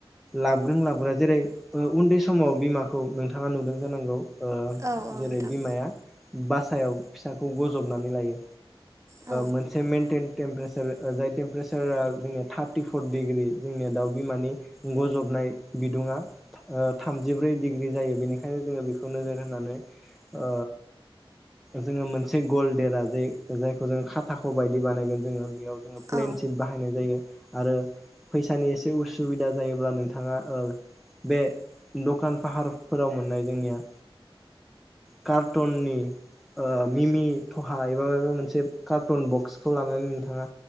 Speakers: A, in the centre; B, on the right.
A: लाब लाबदों जेरै उन्दै समाव बिमाखौ नोंथाङा नुदों जानांगौ
B: औ औ
A: जेरै
B: नोंथां
A: बिमाया बासायाव फिसाखौ बजबनानै लायो
B: औ
A: मोनसे मेनटेन टेमपारेसार जाय टेमपारेसारा जोंनि थार्टिफर डिग्रि जोंनिया दाउ बिमानि गजबनाय बिदुुंङा थामजिब्रै डिग्रि जायो बेनिखायनो जोङो बेखौ नोजोर होनानै ओ जोङो मोनसे गलदेरा जे जायखौ जो खाथाख' बायदि बानायगोन जोङो बेयाव जोङो प्लेन
B: औ
A: सिट बाहायनाय जायो आरो फैसानि एसे उसुबिदा जायोब्ला नोंथाङा बे दखान फाहारफोराव मोननाय जोंनिया कार्टुननि मिमि थहा एबा माबा मोनसे कार्टन बक्सखौ लानानै नोंथाङा